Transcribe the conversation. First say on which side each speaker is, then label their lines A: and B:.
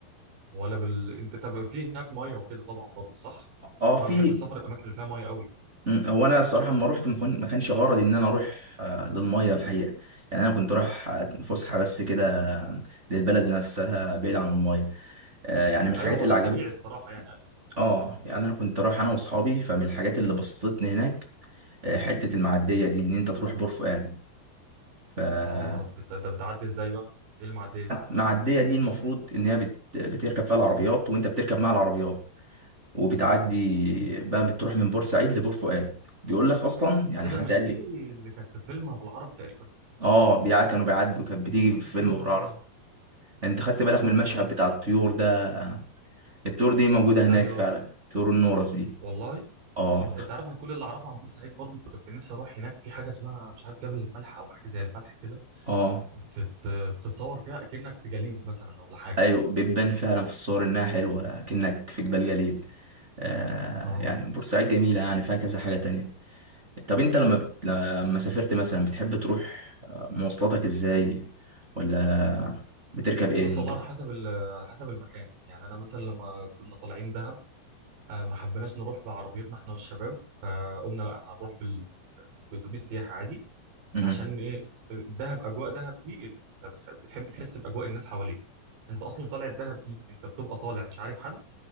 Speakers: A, on the right; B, on the right.
A: ولا بال انت طب في هناك ميه وكده طبعا برضه صح
B: اه
A: بس
B: في
A: انا بحب السفر الاماكن اللي فيها ميه قوي
B: مم، هو انا الصراحه لما رحت ما كان- ما كانش غرضي ان انا اروح آه، للميه الحقيقه يعني انا كنت رايح آه، فسحه بس كده آه، للبلد نفسها بعيد عن الميه آه، يعني من الحاجات
A: ايوه هو
B: اللي
A: ده
B: عجبتني
A: الطبيعي الصراحه يعني
B: اه يعني انا كنت رايح انا واصحابي فمن الحاجات اللي بسطتني هناك آه، حته المعديه دي ان انت تروح بور فؤاد فهي
A: اه بت... ده بتعدي ازاي بقى ايه المعديه دي
B: معديه دي المفروض ان هي بت- بتركب فيها العربيات وانت بتركب مع العربيات وبتعدي بقى بتروح من بورسعيد لبور فؤاد بيقول لك اصلا يعني
A: ايه
B: حد
A: ده مش
B: قال
A: دي
B: لي
A: اللي كانت في فيلم ابو العربي تقريبا
B: اه بيع كانوا بيعدوا كانت بتيجي
A: اه
B: في فيلم ابراهيم انت خدت بالك
A: ايوه
B: من المشهد
A: ايوه ايوه
B: بتاع الطيور ده الطيور دي موجوده هناك
A: ايوه
B: فعلا طيور النورس دي
A: والله
B: اه
A: انت انت عارف انا كل اللي اعرفه عن بورسعيد برضو كنت نفسي اروح هناك في حاجه اسمها مش عارف جبل الملح او حاجه زي الملح كده
B: اه
A: بتت... بتتصور فيها اكنك في جليد مثلا ولا حاجه
B: ايوه بتبان فعلا في الصور انها حلوه كأنك في جبال جليد آه
A: اه
B: يعني بورسعيد جميله يعني فيها كذا حاجه تانية طب انت لما بت... لما سافرت مثلا بتحب تروح آه، مواصلاتك ازاي ولا بتركب ايه
A: بص
B: وانت
A: والله على
B: رايح؟
A: حسب ال... على حسب المكان يعني انا مثلا لما كنا طالعين دهب آه، ما حبيناش نروح بعربيتنا احنا والشباب فقلنا لا هنروح بال... باتوبيس سياحه عادي
B: مم.
A: عشان ايه دهب اجواء دهب دي انت بتحب, بتحب تحس باجواء الناس حواليك انت اصلا طالع الدهب دي انت بتبقى طالع مش عارف حد